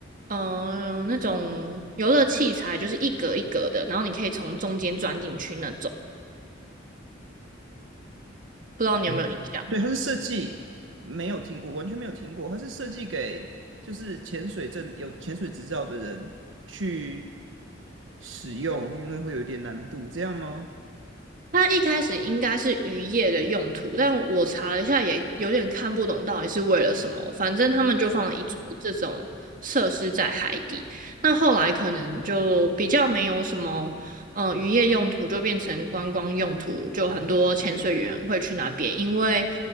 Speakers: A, on the right (about 45°); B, on the right (about 80°).
A: 嗯、呃那种游乐器材，就是一格一格的，然后你可以从中间钻进去那种，不知道你有没有印象？
B: 嗯，对，它是设计，没有听，我完全没有听过，它是设计给就是潜水证有潜水执照的人去使用，因为会有一点难度，这样吗？
A: 它一开始应该是渔业的用途，但我查了一下，也有点看不懂到底是为了什么。反正他们就放了一座这种设施在海底，那后来可能就比较没有什么，嗯、渔业用途就变成观光用途，就很多潜水员会去那边，因为